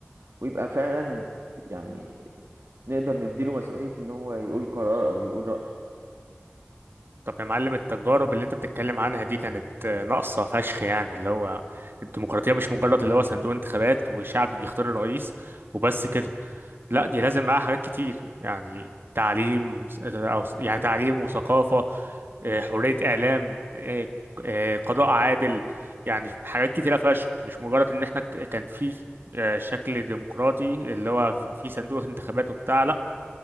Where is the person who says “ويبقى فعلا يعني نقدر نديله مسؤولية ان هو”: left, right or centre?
Right